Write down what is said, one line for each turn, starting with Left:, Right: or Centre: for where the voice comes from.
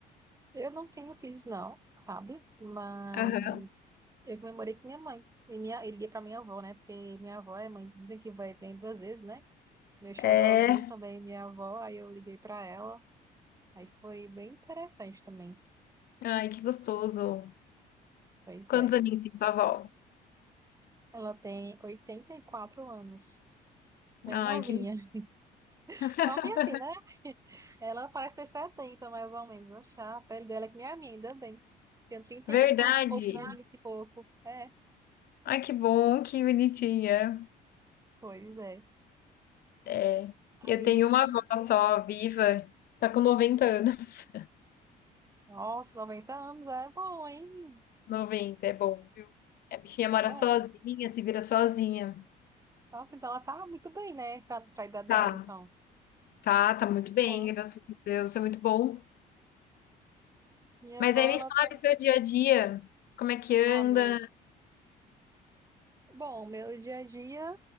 Right: Eu não tenho filhos, não, sabe? Mas
Left: Aham.
Right: eu comemorei com minha mãe. E minha, ele ia pra minha avó, né? Porque minha avó é mãe, dizem que vai tem duas vezes, né? Meu xodózinho
Left: É.
Right: também, é minha avó, aí eu liguei pra ela. Aí foi bem interessante também.
Left: Ai, que gostoso.
Right: Pois
Left: Quantos
Right: é.
Left: aninhos tem sua avó?
Right: Ela tem 84 anos. Bem
Left: Ai,
Right: novinha.
Left: que
Right: <laughs>
Left: <laughs>
Right: Novinha assim, né? Ela parece ter 70 mais ou menos. achar a pele dela é que nem a minha, ainda bem. Tenho 30
Left: verdade.
Right: anos com o rosto de vinte e pouco. É,
Left: Ai, que bom, que bonitinha.
Right: pois é.
Left: É,
Right: Aí,
Left: eu tenho uma avó só viva, tá com 90 anos.
Right: nossa, 90 anos é bom, hein?
Left: noventa é bom, viu? A bichinha mora
Right: É bom.
Left: sozinha, se vira sozinha.
Right: Nossa, então ela tá muito bem, né? Pra, pra idade
Left: Tá,
Right: dela, então.
Left: tá, tá muito bem,
Right: Bom,
Left: graças a Deus, é muito bom.
Right: minha
Left: Mas
Right: avó,
Left: aí me
Right: ela
Left: fala
Right: tá.
Left: o seu dia a dia, como é que anda?
Right: Ah, meu. Bom, meu dia a dia,